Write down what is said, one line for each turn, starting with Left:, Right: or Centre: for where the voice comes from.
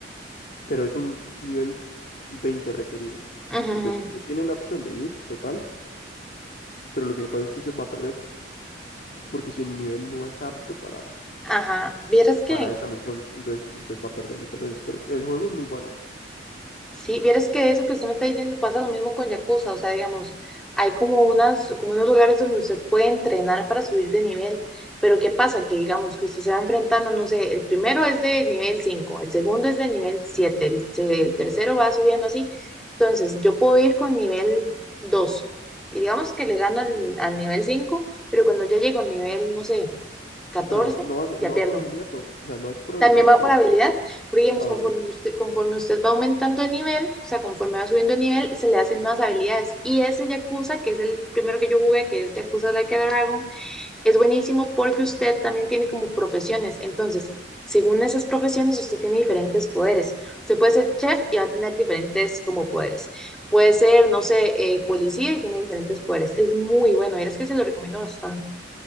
Left: pero es un nivel 20 requerido.
Centre: Ujú,
Left: Entonces,
Centre: ujú.
Left: usted tiene la opción de ir total, pero lo que pasa es que usted va a perder, porque si el nivel no es apto para,
Centre: Ajá, vieras que
Left: para esa misión, entonces usted va a perder muchas veces. Pero el juego es muy bueno,
Centre: Sí, vieras que eso que usted me está diciendo pasa lo mismo con Yakuza, o sea, digamos, hay como unas, como unos lugares donde usted puede entrenar para subir de nivel, pero ¿qué pasa? Que digamos que usted se va enfrentando, no sé, el primero es de nivel 5, el segundo es de nivel 7, el, se- el tercero va subiendo así, entonces yo puedo ir con nivel 2 y digamos que le gano al, al nivel 5, pero cuando ya llego al nivel, no sé, 14
Left: pero no, va a ser-
Centre: ya
Left: no
Centre: pierdo.
Left: va por habilidad, o, o sea, no es por habilidad.
Centre: También va por
Left: O,
Centre: habilidad, porque digamos,
Left: ah,
Centre: conforme
Left: ok.
Centre: usted, conforme usted va aumentando de nivel, o sea, conforme va subiendo de nivel, se le hacen nuevas habilidades. Y ese Yakuza, que es el primero que yo jugué, que es Yakuza Like a Dragon, es buenísimo porque usted también tiene como profesiones. Entonces, según esas profesiones, usted tiene diferentes poderes. Usted puede ser chef y va a tener diferentes como poderes. Puede ser, no sé, eh, policía y tiene diferentes poderes. Es muy bueno, y es que se lo recomiendo bastante.